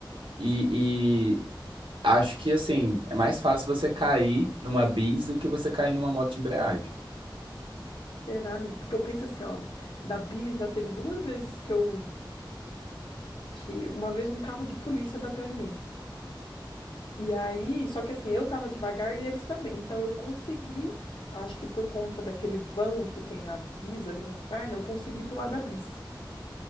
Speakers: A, on the right; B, on the left.
A: e, e acho que, assim, é mais fácil você cair numa bis do que você cair numa moto de embreagem.
B: cerâmico, porque eu penso assim, ó, da bis já teve duas vezes que eu que uma vez um carro de polícia bateu em mim. E aí, só que assim, eu tava devagar e eles também. Então eu consegui, acho que por conta daquele vão que tem na bis ali nas pernas, eu consegui pular da bis.